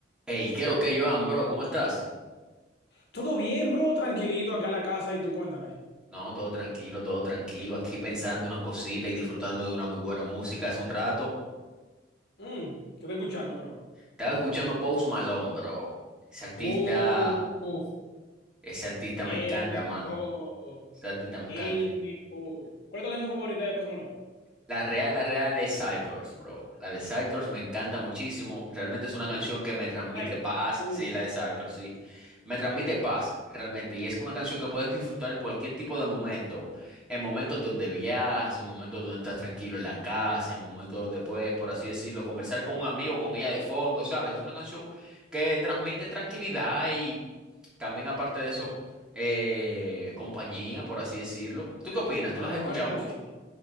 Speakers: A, in the centre; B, on the left (about 60°).
A: Hey, ¿qué lo que, Joan, bro? ¿Cómo estás?
B: Todo bien, bro, tranquilito acá en la casa y tú cuéntame.
A: No, todo tranquilo, todo tranquilo. Aquí pensando unas cositas y disfrutando de una muy buena música hace un rato.
B: Mm, ¿qué te escuchando, bro?
A: Estaba escuchando Post Malone, bro. Ese artista,
B: Uh, uf,
A: ese artista
B: El
A: me encanta,
B: mejor,
A: mano. Ese artista me
B: el
A: encanta.
B: mejor. ¿Cuál es tu canción favorita de Post Malone?
A: La real, la real es Psychers, bro. La de Psychers me encanta muchísimo. Realmente es una canción que me transmite
B: Psycho.
A: paz.
B: Uf,
A: Sí, la de Psychers, sí. Me transmite paz, realmente. Y es una canción que puedes disfrutar en cualquier tipo de momento. En momentos donde viajas, en momentos donde estás tranquilo en la casa, en momentos donde puedes, por así decirlo, conversar con un amigo, con ella de fondo, ¿sabes? Es una canción que transmite tranquilidad y también, aparte de eso, eh, compañía, por así decirlo. ¿Tú
B: de,
A: qué opinas?
B: de
A: ¿Tú la
B: las
A: has escuchado
B: mejores canciones.
A: mucho?